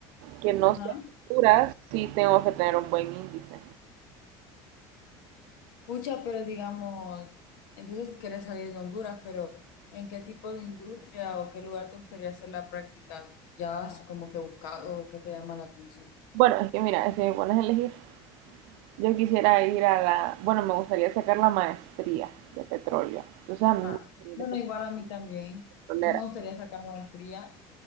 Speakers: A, on the right (about 75°); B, on the left (about 80°).
A: que no
B: Ajá.
A: sea Honduras, sí tengo que tener un buen índice.
B: Pucha, pero digamos, entonces quieres salir de Honduras, pero ¿en qué tipo de industria o qué lugar te gustaría hacer la práctica? ¿Ya has como que buscado o qué te llama la atención?
A: Bueno, es que mira, si me pones a elegir, yo quisiera ir a la, bueno, me gustaría sacar la maestría de petróleo. Entonces a
B: Ajá.
A: mí me gustaría ir
B: Bueno,
A: como
B: igual a mí también.
A: petrolera.
B: Sí me gustaría sacar maestría